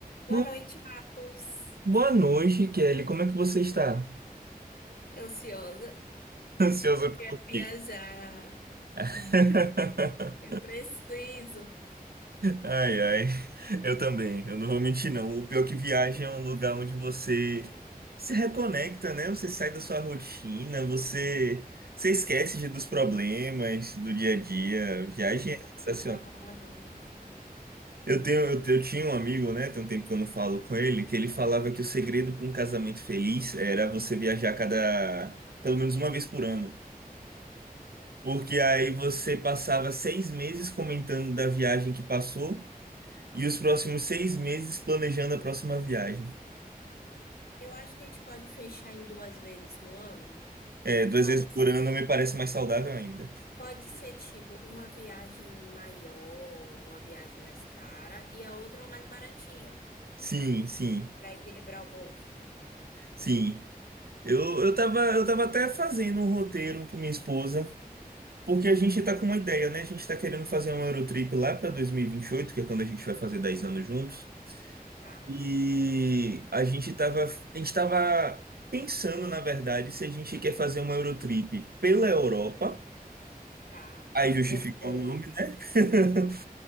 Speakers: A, on the left (about 75°); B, on the right (about 75°).
A: Boa
B: Bo-
A: noite, Marcos.
B: Boa noite, Kelly. Como é que você está?
A: Ansiosa.
B: <laughs> Ansiosa
A: Eu quero
B: por
A: viajar.
B: quê? <laughs>
A: Eu preciso.
B: Ai, ai. Eu também. Eu não vou mentir, não. O pior é que viagem é um lugar onde você se reconecta, né? Você sai da sua rotina, você, você esquece de- dos problemas do dia a dia. Viagem
A: Eu não sabia
B: é sensacional.
A: lavar uma louça.
B: Eu tenho, eu, tenho- eu tinha um amigo, né? Tem um tempo que eu não falo com ele, que ele falava que o segredo para um casamento feliz era você viajar cada, pelo menos uma vez por ano. Porque aí você passava seis meses comentando da viagem que passou e os próximos seis meses planejando a próxima viagem.
A: Eu acho que a gente pode fechar em duas vezes no ano.
B: É, duas
A: Pode
B: vezes por
A: ser,
B: ano me parece mais saudável ainda.
A: pode ser tipo uma viagem maior, uma viagem mais cara e a outra é uma mais baratinha,
B: Sim, sim,
A: para equilibrar o bolso.
B: sim. Eu, eu tava, eu tava até fazendo um roteiro com minha esposa, porque a gente tá com uma ideia, né? A gente tá querendo fazer um Eurotrip lá pra 2028, que é quando a gente vai fazer 10 anos juntos.
A: Tá,
B: E a gente tava, a gente tava pensando, na verdade, se a gente quer fazer uma Eurotrip pela Europa
A: tá.
B: Aí justifica
A: É uma boa.
B: o nome, né? <laughs>